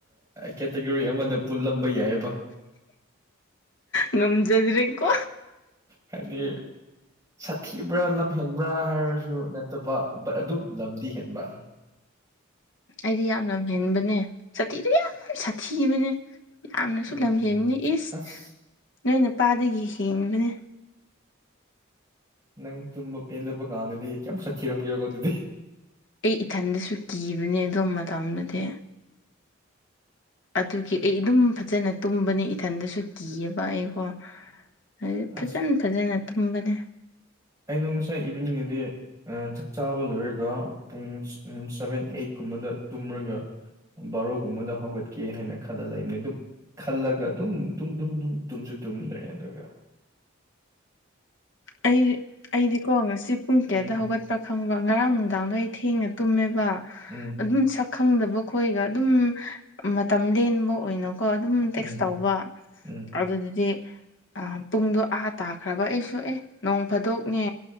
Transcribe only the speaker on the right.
ꯀꯦꯇꯒꯣꯔꯤ ꯑꯃꯗ ꯄꯨꯜꯂꯝꯕ ꯌꯥꯏꯑꯕ
ꯍꯥꯏꯗꯤ ꯁꯥꯊꯤꯕ꯭ꯔꯥ ꯂꯝ ꯍꯦꯟꯕ꯭ꯔꯥ ꯍꯥꯏꯔꯁꯨ ꯅꯠꯇꯕ ꯕꯠ ꯑꯗꯨꯝ ꯂꯝꯗꯤ ꯍꯦꯟꯕ
ꯎꯝ
ꯑꯁ
ꯅꯪ ꯇꯨꯝꯕ ꯄꯦꯟꯗꯄ ꯀꯥꯟꯗꯗꯤ ꯀꯩꯝꯛ ꯁꯛꯈꯤꯤꯔꯝꯒꯦꯕꯀꯣ ꯑꯗꯨꯗꯤ
ꯑꯁ
ꯑꯩꯗꯣ ꯉꯁꯥꯏ ꯏꯚꯅꯤꯡꯗꯗꯤ ꯆꯥꯛ ꯆꯥꯕ ꯂꯣꯏꯔꯒ ꯄꯨꯡ ꯁꯚꯦꯟ ꯑꯩꯠꯀꯨꯝꯕꯗ ꯇꯨꯝꯔꯒ ꯕꯥꯔꯣꯒꯨꯝꯕꯗ ꯍꯧꯒꯠꯀꯦ ꯍꯥꯏꯅ ꯈꯜꯂ ꯂꯩꯕꯅꯤ ꯑꯗꯨꯝ ꯈꯜꯂꯒ ꯑꯗꯨꯝ ꯑꯗꯨꯝꯝ ꯇꯨꯝꯁꯨ ꯇꯨꯝꯗ꯭ꯔꯦ ꯑꯗꯨꯒ
ꯎꯝ
ꯎꯝ
ꯎꯝ
ꯎꯝ